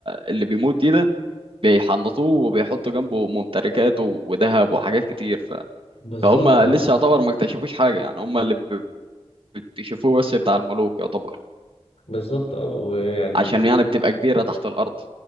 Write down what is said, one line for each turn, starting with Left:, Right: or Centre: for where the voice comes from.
Right: اللي بيموت دي ده بيحنطوه وبيحطوا جنبه ممتلكاته وذهب وحاجات كتير ف...
Left: بالظبط
Right: فهم لسه
Left: اه
Right: يعتبر ما اكتشفوش حاجه يعني هم اللي بيكتشفوه بس بتاع الملوك يعتبر
Left: بالظبط اه ويعني
Right: عشان يعني بتبقى كبيره تحت الارض